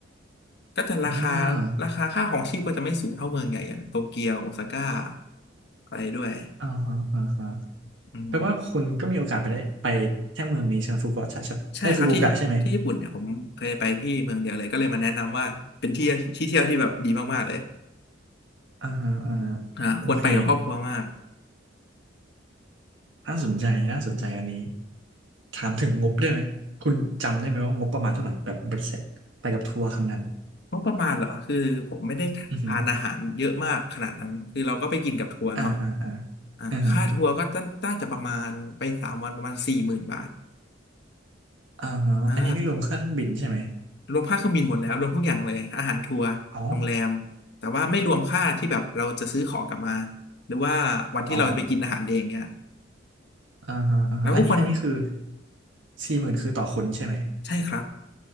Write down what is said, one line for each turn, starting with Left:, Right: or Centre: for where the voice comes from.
Left: ก็จะราคา
Right: อ่า
Left: ราคาค่าของชีพก็จะไม่สูงเท่าเมืองใหญ่อย่างโตเกียวโอซาก้าอะไรด้วย
Right: อ่าฮะอ่าฮะ
Left: อืม
Right: แปลว่าคุณก็มีโอกาสไปได้ไปแค่เมืองนี้ใช่ไหมฟุกุโอกะใช่ไหมไอ้ยฟุกุโอกะใช่ไหม
Left: ใช่ครับที่ที่ญี่ปุ่นเนี่ยผมเคยไปที่เมืองเดียวเลยก็เลยมาแนะนำว่าเป็นที่ที่เที่ยวที่แบบดีมากๆเลย
Right: อ่าฮะอ่าฮะโอเค
Left: อ่าควรไปกับครอบครัวมาก
Right: น่าสนใจน่าสนใจอันนี้ถามถึงงบได้ไหมคุณจำได้ไหมว่างบประมาณเท่าไหร่แบบเบ็ดเสร็จไปกับทัวร์ครั้งนั้น
Left: งบประมาณเหรอคือผมไม่ได้ทานอาหารเยอะมากขนาดนั้นคือเราก็ไปกินกับทัวร์เนาะ
Right: อือฮึอ่าอ่าอ่า
Left: อ่าค่าทัวร์ก็น่าจะประมาณไปสามวันประมาณสี่หมื่นบาท
Right: อ่าฮะอ่าฮะอันนี้ไม่รวมค่าเครื่องบินใช่ไหม
Left: อ่า รวมค่าเครื่องบินหมดแล้วรวมทุกอย่างเลยอาหารทัวร์โรงแรมแต่ว่าไม่รวมค่าที่แบบเราจะซื้อของกลับมา
Right: อ๋อ
Left: หรือว่าวันที่เราไปกินอาหารเองเนี่ย
Right: อ๋ออ่าฮะอ่าฮะอันนี้อันนี้คือ
Left: เราก็ควร
Right: สี่หมื่นคือต่อคนใช่ไหม
Left: ใช่ครับ